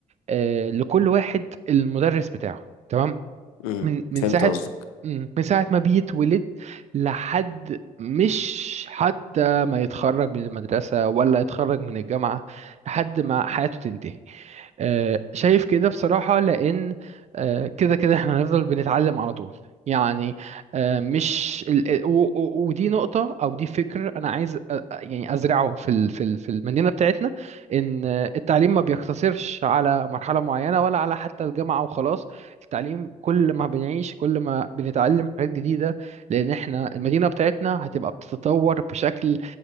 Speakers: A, on the right; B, on the left.
A: آه لكل واحد المدرس بتاعه تمام
B: امم
A: من من
B: فهمت
A: ساعة
B: قصدك
A: مم. من ساعة ما بيتولد لحد مش حتى ما يتخرج من المدرسة ولا يتخرج من الجامعة لحد ما حياته تنتهي آه، شايف كده بصراحة لأن آه، كده كده احنا هنفضل بنتعلم على طول يعني آه، مش ال... ال- و... و... ودي نقطة أو دي فكر أنا عايز أ- أ- يعني أزرعه في ال... في ال... في المدينة بتاعتنا إن آه، التعليم ما بيقتصرش على مرحلة معينة ولا على حتى الجامعة وخلاص التعليم كل ما بنعيش كل ما بنتعلم حاجات جديدة لأن احنا المدينة بتاعتنا هتبقى بتتطور بشكل